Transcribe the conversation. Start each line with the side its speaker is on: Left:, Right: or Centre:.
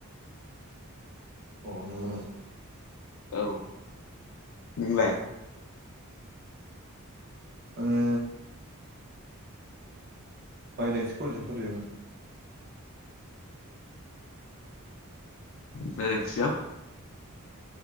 Right: अ नंगौ नामा?
Left: औ नोंलाय?
Right: आङो मायदांस्रि कलेज आव फरायदोंमोन।
Left: मायदांस्रियाव